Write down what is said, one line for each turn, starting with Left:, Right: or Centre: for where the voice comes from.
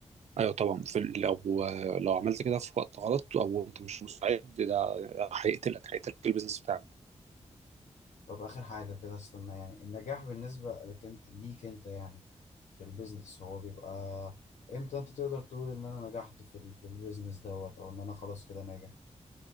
Right: ايوه طبعا في ال- لو لو عملت كده في وقت غلط او انت مش مستعد ده هيقتلك هيقتلك البيزنس بتاعك
Left: طب آخر حاجة كده استنى يعني النجاح بالنسبة لك انت ليك انت يعني في البيزنس هو بيبقى امتى انت تقدر تقول ان انا نجحت في ال- في البيزنس دوت او ان انا خلاص كده ناجح